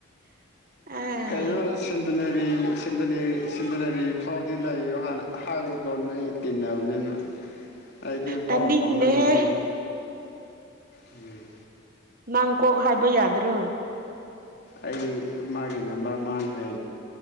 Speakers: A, on the right; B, on the left.
A: ꯑꯥꯏ
B: ꯀꯥꯏꯅꯕ ꯁꯟꯗꯅꯦ ꯑꯩ ꯁꯤꯟꯗꯔꯤ ꯐꯥꯎ ꯂꯩꯌꯣ ꯍꯥꯟꯅ ꯍꯥꯏꯌꯨꯀꯣ ꯅꯣꯏ ꯑꯩ ꯇꯤꯟꯅꯕꯅꯤꯅ ꯑꯩꯗꯤ
A: ꯇꯥꯅꯤꯡꯗꯦꯍꯦ
B: ꯄꯥꯎ ꯐꯥꯎꯅꯗꯕꯅꯦ ꯎꯝ
A: ꯅꯪ ꯀꯣꯛ ꯍꯥꯏꯕ ꯌꯥꯗ꯭ꯔꯣ
B: ꯑꯩ ꯃꯥꯒꯤ ꯅꯝꯕꯔ ꯃꯥꯡꯈ꯭ꯔꯦ